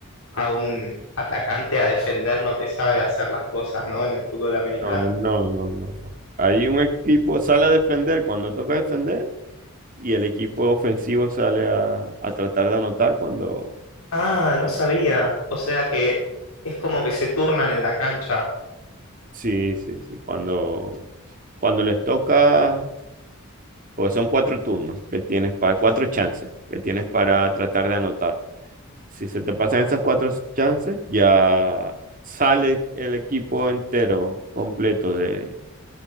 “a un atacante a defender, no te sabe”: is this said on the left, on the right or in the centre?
Left